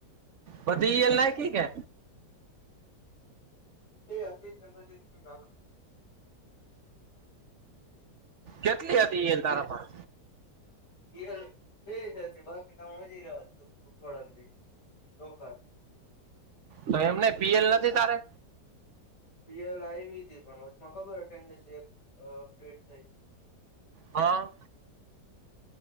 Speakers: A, on the right (about 55°); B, on the left (about 70°).
A: બધી ઈ એલ નાઈખી કે?
B: એ અતિતને બતીતને <unintelligible>
A: કેટલી હતી એલ તારા ભા
B: ઈ એલ એક હતી બાકી તા મદિરા હતું, થોડાક દી રોકાત.
A: તો એમ નઈ પીએલ નથી તારે?
B: પ્રિયલ આયવી તી પણ વચમાં ખબર અટેન્ડન્સ એક અ અપડેટ થઈ
A: હન.